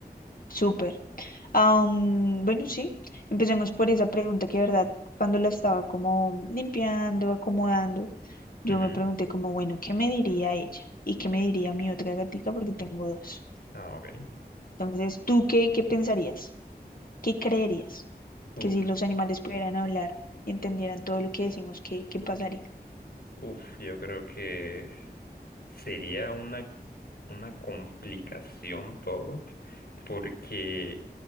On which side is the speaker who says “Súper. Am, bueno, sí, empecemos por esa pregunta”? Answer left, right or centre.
Left